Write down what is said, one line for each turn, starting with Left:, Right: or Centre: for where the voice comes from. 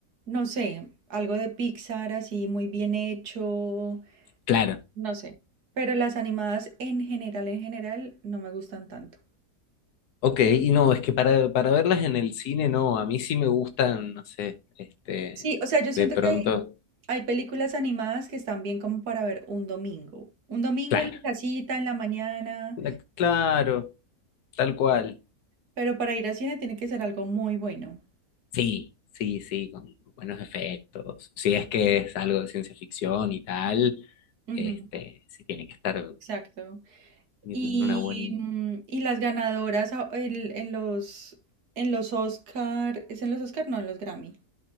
Right: no sé, algo de Pixar así muy bien hecho,
Left: Claro,
Right: no sé. Pero las animadas en general, en general, no me gustan tanto.
Left: ok, y no, es que para, para verlas en el cine, no, a mí sí me gustan, no sé, este,
Right: Sí, o sea, yo siento
Left: de pronto,
Right: que hay, hay películas animadas que están bien como para ver un domingo. Un domingo
Left: claro,
Right: en la casita, en la mañana,
Left: la- claro, tal cual.
Right: pero para ir al cine tiene que ser algo muy bueno.
Left: Sí, sí, sí, con buenos efectos. Si es que es algo de ciencia ficción y tal,
Right: Ujú,
Left: este, sí tiene que estar
Right: Exacto.
Left: en
Right: Y,
Left: una buena...
Right: mm, y las ganadoras a- el- en, los en los Oscar, ¿es en los Oscar? No, en los Grammy.